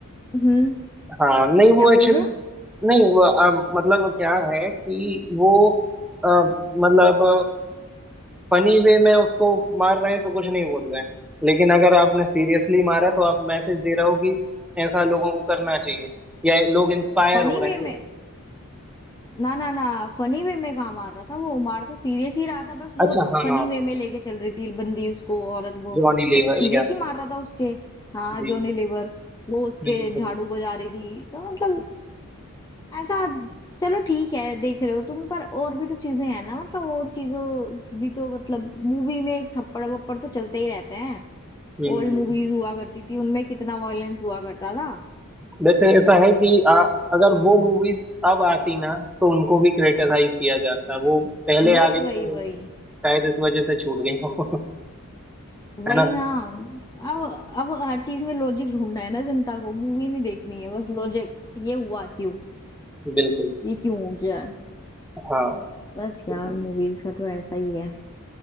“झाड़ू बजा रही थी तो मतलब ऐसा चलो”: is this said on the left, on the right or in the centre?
Left